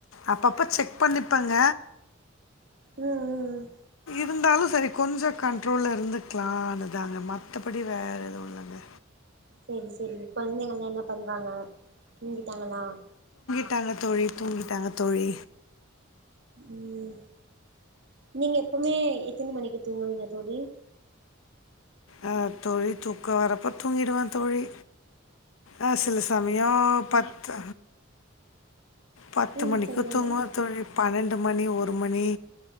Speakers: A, on the left; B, on the right.
A: அப்பப்ப செக் பண்ணிப்பங்க
B: ம் ம் ம்
A: இருந்தாலு சரி கொஞ்சோ கண்ட்ரோல்ல இருந்துக்கலான்னுதாங்க மத்தபடி வேற எதுவு இல்லங்க
B: சரி சரி கொழந்தைங்கல்லா என்ன பண்றாங்க தூங்கிட்டாங்களா
A: கிட்டாங்க தோழி தூங்கிட்டாங்க தோழி
B: ம் நீங்க எப்பவுமே எத்தன மணிக்கு தூங்குவீங்க தோழி
A: ஆ தோழி தூக்க வரப்ப தூங்கிறுவ தோழி ஆ சில சமய பத்து பத்து
B: ம்
A: மணிக்கு
B: சொல்லுங்க
A: தூங்குவ தோழி பன்னெண்டு மணி ஒரு மணி